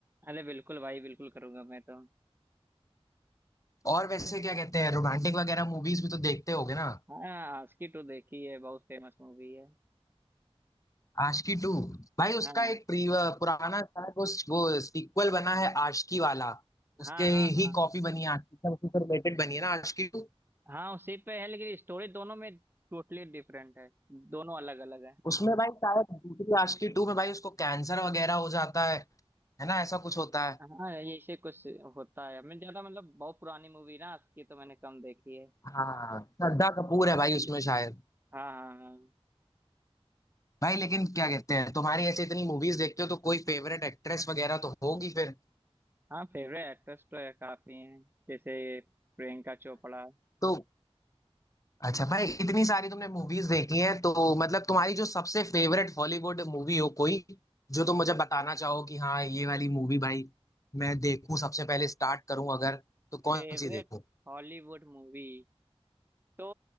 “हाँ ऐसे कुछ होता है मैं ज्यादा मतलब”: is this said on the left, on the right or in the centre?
Right